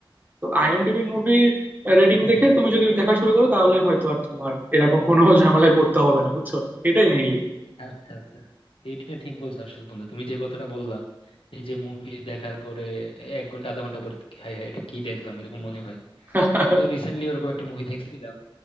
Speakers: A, on the right (about 20°); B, on the left (about 80°).
A: তো আইএমডিবি মুভি রেটিং
B: হুম
A: দেখে
B: হুম
A: তুমি যদি দেখা শুরু করো তাহলে হয়তো আর তোমার এরকম কোনো <laughs> ঝামেলায় পড়তে হবে না বুঝছো এটাই মেইনলি
B: আচ্ছা আচ্ছা এটা ঠিক বলছো আসলে বন্ধু তুমি যে কথাটা বললা এই যে মুভি দেখার পরে এক ঘন্টা আধা ঘন্টা পরে হাই হাই এটা কি দেখলাম এরকম মনে হয়
A: <laughs>
B: তো রিসেন্টলি ওরকম একটা মুভি দেখছিলাম